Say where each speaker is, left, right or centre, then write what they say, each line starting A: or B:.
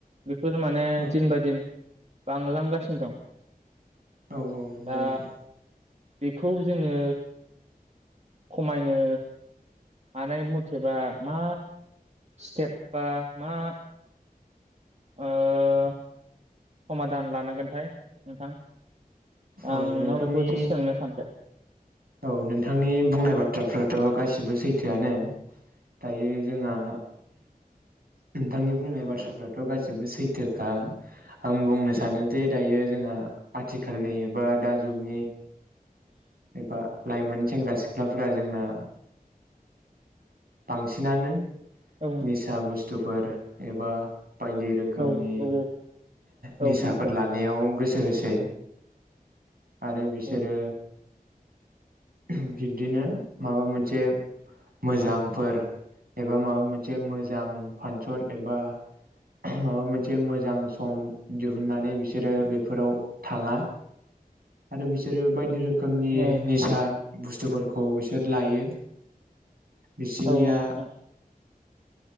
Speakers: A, on the right; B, on the right.
A: बेफोर माने <unintelligible>
B: औ
A: बांलांगासिनो दं।
B: औ औ नंगौ
A: दा
B: नोंथां।
A: बेखौ जोंङो खमायनो हानाय मथेबा मा स्टेप बा मा ओ <unintelligible> समादान लानांगोनथाय नोंथां? आं
B: औ
A: नोंनाव
B: नोंथांनि
A: बेखौ एसे सोंनो सानदों।
B: औ नोंथांनि बुंनाय बाथ्राफ्राथ' गासिबो सैथोआनो दायो जोंहा नोंथांनि बुंनाय बाथ्राफ्राथ' गासिबो सैथोखा आं बुंनो सानो जे दायो जोंहा आथिखालनि बा दा जुगनि एबा लाइमोन सेंग्रा सिख्लाफोरा जोंना बांसिनानो
A: औ
B: निसा बुस्थु फोर एबा बायदि रोखोमनि
A: औ औ
B: निसाफोर
A: औ मिसाबो
B: लानायाव गोसो होसै आरो बिसोरो
A: औ
B: बिब बदिनो माबा मोनसे मोजांफोर एबा माबा मोनसे मोजां फानसन एबा माबा मोनसे मोजां सम दिहुननानै बिसोरो बेफोराव थाङा आरो बिसोरो बायदि रो रोखोमनि
A: औ
B: निसा बुस्थुफोरखौ बिसोर लायो। बिसिनिया
A: औ नोंथां